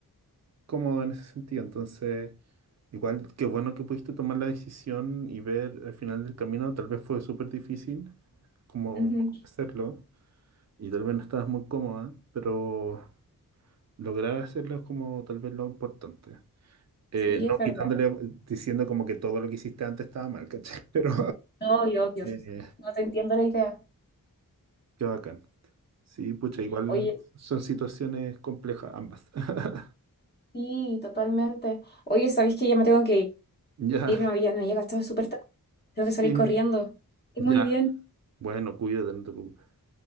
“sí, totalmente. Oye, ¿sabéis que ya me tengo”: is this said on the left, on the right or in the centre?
Left